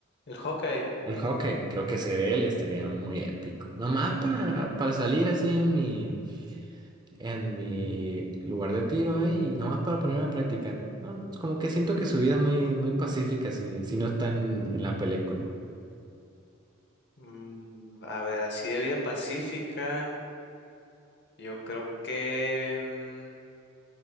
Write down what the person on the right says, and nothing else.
El hockey, creo que ser él estaría muy épico. Nomás para, para salir así en mi en mi lugar de tiro ahí, nomás para ponerme a practicar. No, como que siento que su vida es muy, muy pacífica si, si no están en la película.